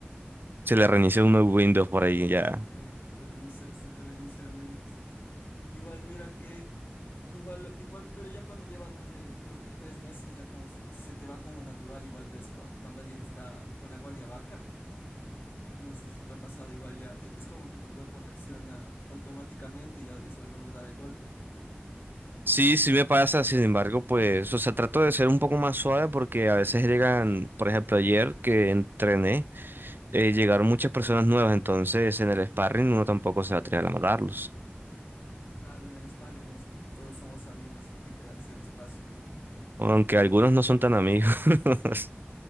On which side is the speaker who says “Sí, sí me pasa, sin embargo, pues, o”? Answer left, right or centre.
Right